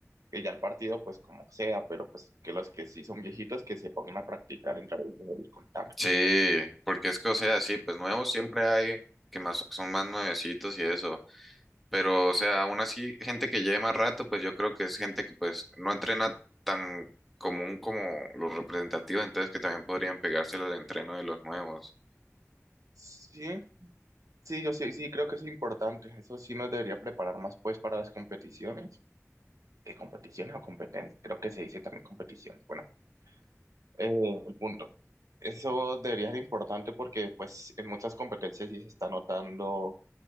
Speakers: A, on the right; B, in the centre.
A: que ya el partido, pues como sea, pero pues que los que sí son viejitos que se pongan a practicar en través del contacto.
B: Sí, porque es que, o sea, sí, pues nuevos siempre hay que más son más nuevecitos y eso. Pero, o sea, aún así, gente que lleve más rato, pues yo creo que es gente que pues no entrena tan común como los representativos, entonces que también podrían pegárselo al entreno de los nuevos.
A: Sí, sí, yo sí, sí, creo que es importante. Eso sí nos debería preparar más pues para las competiciones. ¿Qué competiciones o competencias? Creo que se dice también competiciones. Bueno, eh, el punto. Eso debería ser importante porque pues en muchas competencias sí se está notando